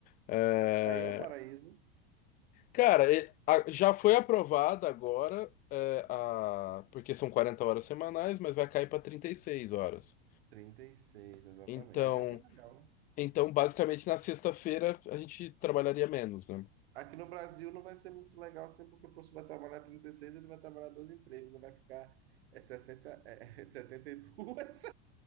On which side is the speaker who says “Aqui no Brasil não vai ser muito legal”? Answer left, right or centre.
Right